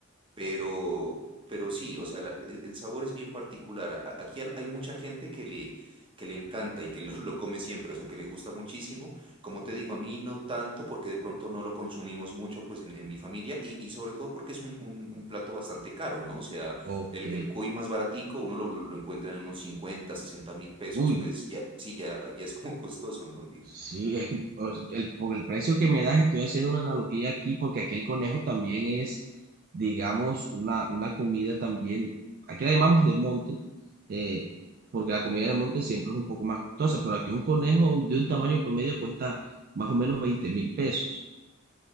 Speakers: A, on the right (about 25°); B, on the right (about 45°).
A: pero, pero sí, o sea, la- el, el sabor es bien particular. A- a- Aquí al- hay mucha gente que le, que le encanta y que lo, <laughs> lo come siempre, o sea, que le gusta muchísimo. Como te digo, a mí no tanto porque de pronto no lo consumimos mucho pues en, en mi familia y, y sobre todo porque es un, un- un plato bastante caro, ¿no? O sea,
B: Ok.
A: el, el cuy más baratico uno lo, lo- lo encuentra en unos 50 60 mil pesos,
B: Uy,
A: pues ya, sí, ya, ya es como <laughs> costoso, ¿no? Digo,
B: Sí, es- o sea, el, por el precio que me das, estoy haciendo una analogía aquí, porque aquí el conejo también es, digamos, una, una comida también, aquí la llamamos de monte, eh, porque la comida de monte siempre es un poco más costosa, pero aquí un conejo de un tamaño promedio cuesta más o menos veinte mil pesos.